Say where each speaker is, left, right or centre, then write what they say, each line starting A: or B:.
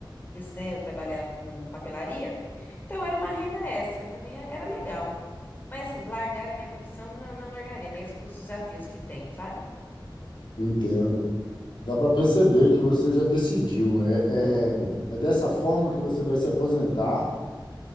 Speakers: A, on the left; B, on the left.
A: né? Eu trabalhava com papelaria, então era uma renda extra, também é- era legal. Mas assim, largar a minha profissão, não, não largaria, mesmo com os desafios que tem, sabe?
B: Entendo. Dá para perceber que você já decidiu. É, é, é dessa forma que você vai se aposentar.